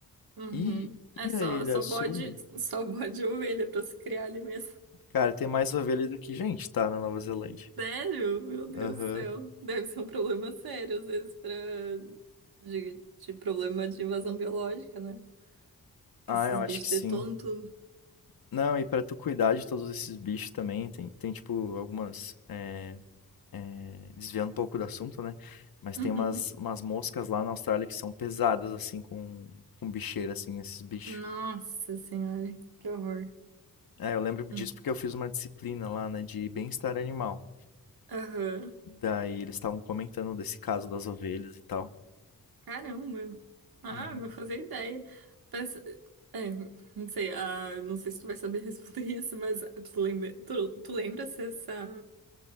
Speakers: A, on the right; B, on the left.
A: Uhum.
B: E,
A: É
B: e
A: só,
B: a Ilha
A: só
B: Sul,
A: bode, só bode e ovelha pra se criar ali mesmo.
B: cara, tem mais ovelha do que gente, tá? Na Nova Zelândia.
A: Sério? Meu Deus
B: Aham.
A: do céu. Deve ser um problema sério, às vezes, pra... de, de problema de invasão biológica, né?
B: Ah,
A: Que esses
B: eu acho
A: bichos
B: que
A: detonam
B: sim.
A: tudo.
B: Não, e pra tu cuidar de todos esses bichos também, tem, tem tipo algumas. é, é, desviando um pouco do assunto, né? Mas
A: Uhum.
B: tem umas, umas moscas lá na Austrália que são pesadas, assim, com, com bicheira, assim, esses bichos.
A: Nossa senhora, que horror.
B: É, eu lembro
A: Hum.
B: disso porque eu fiz uma disciplina lá, né, de bem-estar animal.
A: Aham.
B: Daí eles estavam comentando desse caso das ovelhas e tal.
A: Caramba. Ah,
B: Uhum.
A: não fazia ideia. Mas, é, não sei, ah, não sei se tu vai saber <laughs> responder isso, mas tu lembra, tu, tu lembra se essa.